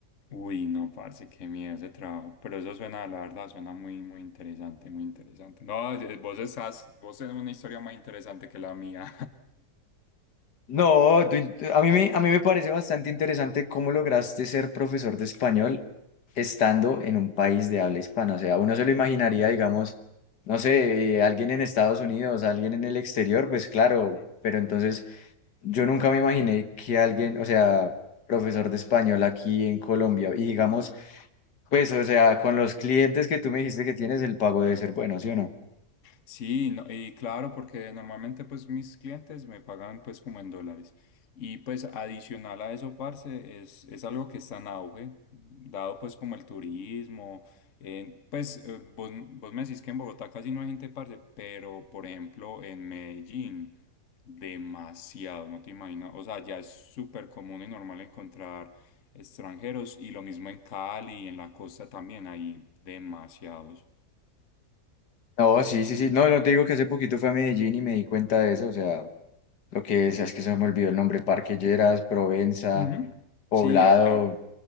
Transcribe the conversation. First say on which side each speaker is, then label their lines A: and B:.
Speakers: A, on the left; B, on the left.
A: Uy, no, parce, qué miedo ese trabajo. Pero eso suena, la verdad, suena muy, muy interesante, muy interesante. No, eh, vos estás, vos tenés una historia más interesante que la mía.
B: No, tú in- a mí me, a mí me parece bastante interesante cómo lograste ser profesor de español estando en un país de habla hispana. O sea, uno se lo imaginaría, digamos, no sé, eh, alguien en Estados Unidos, alguien en el exterior, pues claro,
A: <laughs>
B: pero entonces... Yo nunca me imaginé que alguien, o sea, profesor de español aquí en Colombia, y digamos,
A: Ujú.
B: pues, o sea, con los clientes que tú me dijiste que tienes, el pago debe ser bueno, ¿sí o no?
A: Sí, no- y claro, porque normalmente pues mis clientes me pagan pues como en dólares. Y pues adicional a eso, parce, es, es algo que está en auge, dado pues como el turismo. en- pues eh, vos, vos me decís que en Bogotá casi no hay gente, parce, pero por ejemplo en Medellín, demasiado, no te imaginas. O sea, ya es súper común y normal encontrar extranjeros y lo mismo en Cali, en la costa también hay demasiados.
B: No, sí, sí, sí. No, no te digo que hace poquito fui a Medellín y me di cuenta de eso, o sea, lo que es, es que se me olvidó el nombre, Parque Lleras, Provenza,
A: Ujú.
B: Poblado,
A: Sí, allá.